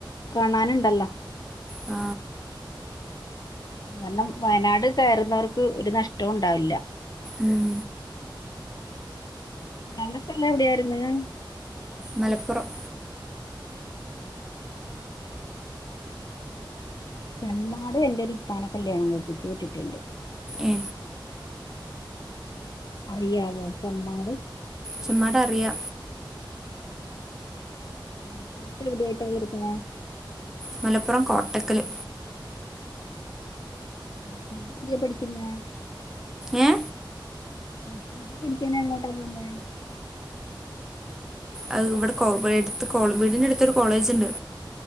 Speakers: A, on the left (about 50°); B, in the centre.
A: കാണാന്ണ്ടല്ലോ
B: ആ
A: കാരണം വയനാട് കയറുന്നവർക്ക് ഒരു നഷ്ടവുംണ്ടാവില്ല
B: ഉം
A: ഇയാൾടെ സ്ഥലം എവിടെയാര്ന്ന്
B: മലപ്പുറം
A: ചെമ്മാട് എന്റെ ഒരു ഇത്താനെ കല്യാണം കഴിപ്പിച്ച് വിട്ടിട്ട്ണ്ട്
B: ഏ
A: അറിയാവോ ചെമ്മാട്
B: ചെമ്മാടറിയ
A: മലപ്പുറത്തെവിടെയായിട്ടാ വര്ന്നെ
B: മലപ്പുറം കോട്ടക്കല്
A: എവിടെയാ പഠിക്ക്ന്നേ
B: ഏ
A: <unintelligible> ക്കാനെങ്ങോട്ടാ പോവുന്നേ
B: അത് ഇവ്ടെ കോ വീട്ത്ത് കോ വീടിന്റെ അട്ത്തൊര് കോളേജ്ണ്ട്